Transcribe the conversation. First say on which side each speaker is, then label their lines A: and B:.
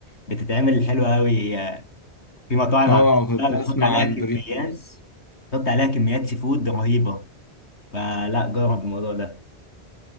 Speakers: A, on the left (about 80°); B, on the left (about 15°).
A: بتتعمل حلوه قوي في مطاعم
B: اه كنت
A: عامله
B: اسمع
A: بتحط عليها
B: عن
A: كميات
B: بريموز
A: حط عليها كميات سي فود رهيبه فلا جرب الموضوع ده